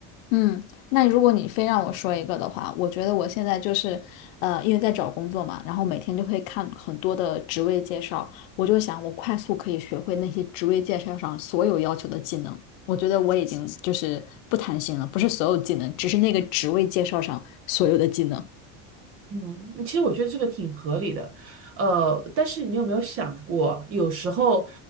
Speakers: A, on the left; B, on the right.
A: 嗯，那如果你非让我说一个的话，我觉得我现在就是，呃，因为在找工作嘛，然后每天就会看很多的职位介绍，我就想我快速可以学会那些职位介绍上所有要求的技能。我觉得我已经就是不贪心了，不是所有技能，只是那个职位介绍上所有的技能。
B: 嗯，其实我觉得这个挺合理的，呃，但是你有没有想过，有时候，